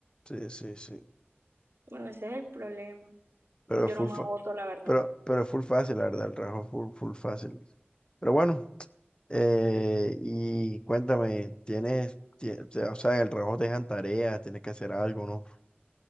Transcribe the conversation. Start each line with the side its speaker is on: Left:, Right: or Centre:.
Left: Sí, sí, sí.
Right: Bueno, ese es el problema.
Left: Pero
Right: Yo
Left: es full
Right: no me
Left: fa-
Right: agoto, la verdad.
Left: pero, pero es full fácil, la verdad, el trabajo es full, full fácil. Pero bueno, eh, y cuéntame, tienes, tie- te- o sea, en el trabajo te dejan tareas, tienes que hacer algo, ¿no?